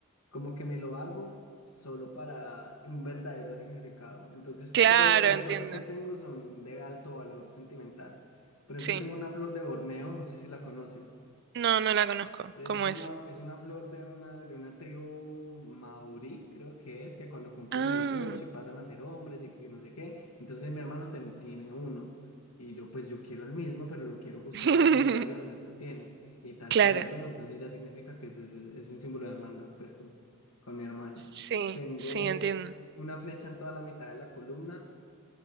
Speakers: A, on the left (about 90°); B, on the right (about 50°).
A: como que me lo hago solo para un verdadero significado. Entonces,
B: Claro,
A: todos lo- los
B: entiendo.
A: cuatro que tengo son de alto valor sentimental. Por ejemplo,
B: Sí.
A: tengo una flor de Borneo, no sé si la conoces.
B: No, no la conozco.
A: Es
B: ¿Cómo
A: una,
B: es?
A: es una flor de una, de una tribu maurí, creo que es, que cuando cumplen
B: Ah,
A: 18 y pasan a ser hombres y que no sé qué. Entonces mi hermano ten- tiene uno. Y yo, pues yo quiero el mismo, pero lo quiero justo
B: <laughs>
A: al lado contrario donde él lo tiene. Y tal
B: claro.
A: cual lo tengo, entonces ya significa que pues, es, es un símbolo de hermandad, pues con, con mi hermano.
B: Sí,
A: Tengo
B: sí, entiendo.
A: una flecha en toda la mitad de la columna